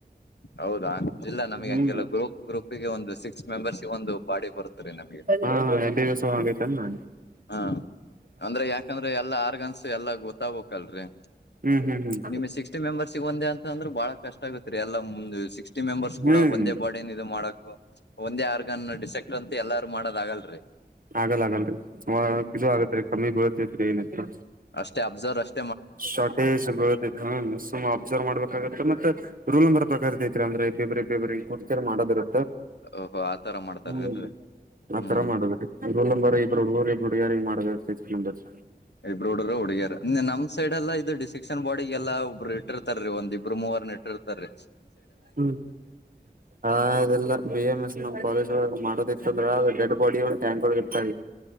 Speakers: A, on the left; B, on the right.
A: ಹೌದಾ ಇಲ್ಲ ನಮಗೆ
B: ಹ್ಮ್
A: ಹಂಗೆಲ್ಲ ಗ್ರೂಪ್ ಗ್ರೂಪ್ಗೆ ಒಂದು ಸಿಕ್ಸ್ ಮೆಂಬರ್ಸ್ಗೆ ಒಂದು ಪಾಡಿ ಬರುತ್ತ ರೀ ನಮ್ಗೆ
B: ಹಾ ಹಾ ಎಂ ಬಿ ಬಿ ಸು ಹಾಗೈತಲ್ಲ ನಾ
A: ಹಾ ಅಂದ್ರೆ ಯಾಕಂದ್ರೆ ಎಲ್ಲಾ ಆರ್ಗನ್ಸ್ ಎಲ್ಲಾ ಗೊತ್ತಾಗಬೇಕಕ್ಲ್ರರಿ
B: ಹ್ಮ್ ಹ್ಮ್ ಹ್ಮ್
A: ನಿಮಗೆ ಸಿಕ್ಸ್ಟಿ ಮೆಂಬರ್ಸಿಗೆ ಒಂದೇ ಅಂತ್ ಅಂದ್ರೆ ಬಹಳ ಕಷ್ಟ ಆಗತ್ರಿ ಎಲ್ಲ ಸಿಕ್ಸ್ಟಿ ಮೆಂಬರ್ಸ್
B: ಹ್ಮ್
A: ಕೂಡ ಒಂದೇ ಬಾಡನ್ ಇದು ಮಾಡಕ್ ಒಂದೇ ಆರ್ಗನ್ ಡಿಸೆಕ್ಟ್ ಅಂತ ಎಲ್ಲಾರು ಮಾಡೋದ ಆಗಲ್ರರಿ
B: ಆಗಲ್ಲ ಆಗಲ್ರಿ ಇದು ಆಗತ್ರಿ ಕಮ್ಮಿ ಬಿಳತ್ತತ್ರಿ ಏನಿತ್ತು
A: ಅಷ್ಟೇ ಅಬ್ಸರ್ವ್ ಅಷ್ಟೆ
B: ಶಾರ್ಟೇಜ್ ಬೀಳತೀತು ಅಬ್ಸರ್ವ್ ಮಾಡ್ಬೇಕಾಗತ್ತೆ ಮತ್ತೆ ರೂಲ್ ನಂಬರ್ ಬಗರ್ದೈತ್ರಿ ಅ್ರ ಇಬ್ಬಬ್ರು ಇಬ್ರು ಕುಡ್ ಕರ್ ಮಾಡೋರು
A: ಓಹೋ ಆತರ ಮಾಡ್ತಾರೇನ್ರಿ
B: ಹ್ಮ್ ಆತರ
A: ಹ್ಮ್
B: ಮಾಡಿಬೇಕು ರೋಲ್ ನಂಬರ ಇಬ್ರು ಹುಡುಗ್ರು ಇಬ್ರ ಹುಡುಗೀರ ಮಾಡಬೇಕು ಸಿಕ್ಸ್ ಮೆಂಬರ್ಸ್
A: ಇಬ್ಬರು ಹುಡುಗ ಹುಡುಗಿಯರು ಇನೇನು ನಮ್ಮ ಸೈಡ್ ಎಲ್ಲ ಇದು ಡಿಸಿಕ್ಷನ್ ಬಾಡಿಗೆಲ್ಲ ಒಬ್ರು ಇಟ್ಟಿರ್ತಾರರೀ ಒಂದ ಇಬ್ಬರು ಮೂವರ್ನ ಇಟ್ಟಿರ್ತರೆರಿ
B: ಹ್ಮ್ ಅದಿಲ್ಲ ಬಿ ಎಂ ಎಸ್ ನಮ್ ಕಾಲೇಜ್ ಒಳ್ಳಗೆ ಮಾಡೋದು ಇತ್ತುಅಂದ್ರ ಡೆಡ್ ಬಾಡಿ ಒಂದು ಟ್ಯಾಂಕ್ ಒಳ್ಳಗೆ ಇಡ್ತಾರೆರೀ